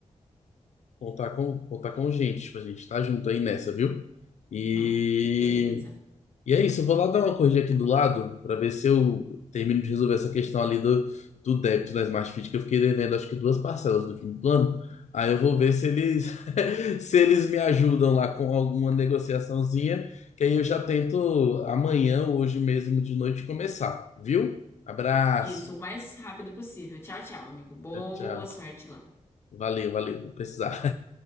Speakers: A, on the left; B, on the left.
A: contar com, contar com gente, pra gente estar junto aí nessa, viu? E
B: Uhum, beleza.
A: E é isso, eu vou lá dar uma corrigida aqui do lado para ver se eu termino de resolver essa questão ali do, do débito na Smart Fit, que eu fiquei devendo acho que duas parcelas do fim do plano. Aí eu vou ver se eles <laughs> se eles me ajudam lá com alguma negociaçãozinha, que aí eu já tento amanhã, hoje mesmo de noite começar, viu? Abraço.
B: Isso, o mais rápido possível. Tchau, tchau, amigo. Boa
A: Tchau, tchau.
B: sorte lá.
A: Valeu, valeu, vou precisar. <laughs>